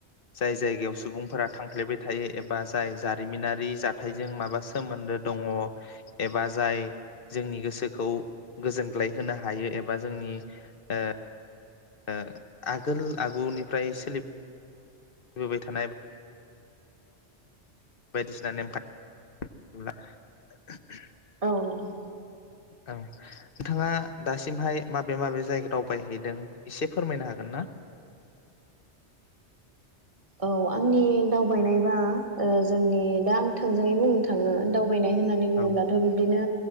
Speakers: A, on the left; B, on the right.
A: जाय जायगायाव सुबुंफोरा थांफ्लेबाय थायो एबा जाय जारिमिनारि जाथायजों माबा सोमोन्दो दङ एबा जाय जोंनि गोसोखौ गोजोनग्लाय होनो हायो एबा जोंनि ओ ओ आगोल आगुनिफ्राय सोलि बोबाय थानाय बायदिसिना नेमखा <unintelligible>
B: औ नंगौ
A: औ नोंथाङा दासिमहाय माबे माबे जायगा दावबायहैदों एसे फोरमायनो हागोन ना
B: औ आंनि दावबायनायबा ओ जोंनि दा आं थोंजोङै बुंनो थाङो दाव दावबायनाय होननानै बुङोब्लाथ'
A: औ
B: बिब्दिनो